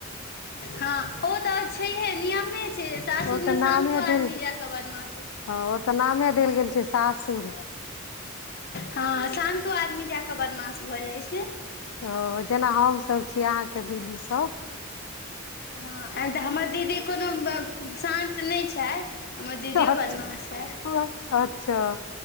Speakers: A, on the left; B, on the left.
A: हँ ओ तऽर छैहे नियमे छै सासुर
B: ओ तऽ
A: मे
B: नामे
A: शांतो आदमी
B: देल
A: जाय कऽ बदमाश
B: हँ ओ तऽ नामे देल गेल छै सासुर
A: हँ शांतो आदमी जा कऽ बदमाश भऽ जाइ छै
B: ओ जेना हम सभ छी अहाँके दीदी सब
A: हँ ऐं तऽ हमर दीदी कोनो शान्त नइ छथि हमर दीदीओ
B: अच्छा
A: बादमास हय।
B: अच्छा,